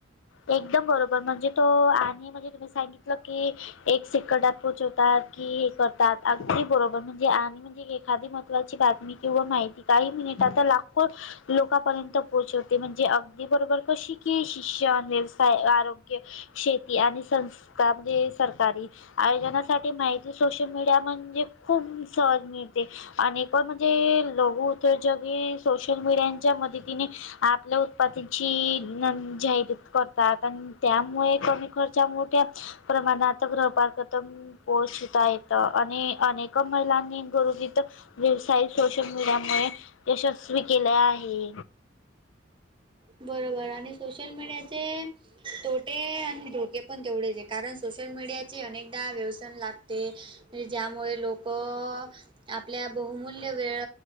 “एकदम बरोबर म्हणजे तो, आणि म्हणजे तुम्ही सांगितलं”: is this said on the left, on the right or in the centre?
Left